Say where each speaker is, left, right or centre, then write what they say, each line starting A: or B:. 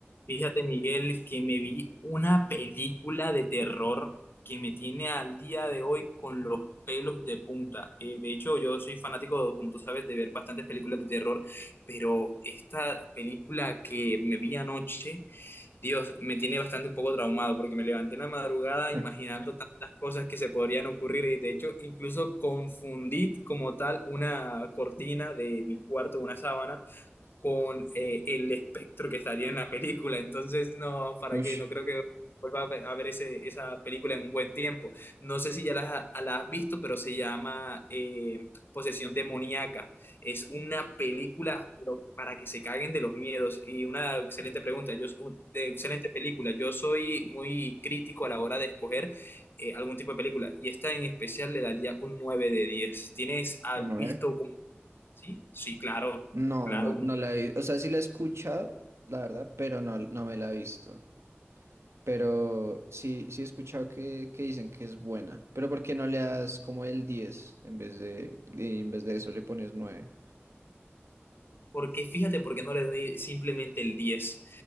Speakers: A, on the left; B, on the right.
A: Fíjate, Miguel, que me vi una película de terror que me tiene al día de hoy con los pelos de punta. Eh, de hecho, yo soy fanático, como tú sabes, de ver bastantes películas de terror, pero esta película que me vi anoche, Dios, me tiene bastante un poco traumado porque me levanté en la madrugada
B: <laughs>
A: imaginando tantas cosas que se podrían ocurrir y de hecho incluso confundí como tal una cortina de mi cuarto, una sábana con eh, el espectro que estaría en la película. Entonces, no, ¿para
B: Ush,
A: qué? No creo que vuelva a ver a ver ese- esa película en un buen tiempo. No sé si ya la, la has visto, pero se llama eh, Posesión Demoníaca. Es una película pero para que se caguen de los miedos. Y una excelente pregunta, yo, soy- de excelente película. Yo soy muy crítico a la hora de escoger eh, algún tipo de película. Y esta en especial le daría un 9 de 10. ¿Tienes, has
B: no,
A: visto
B: eh.
A: como... Sí, sí, claro,
B: No,
A: claro,
B: no, no la he visto. O sea, sí la he escuchado, la verdad, pero no, no me la he visto. Pero sí, sí he escuchado que, que dicen que es buena. Pero ¿por qué no le das como el 10 en vez de, y en vez de eso le pones nueve
A: Porque fíjate por qué no le doy simplemente el diez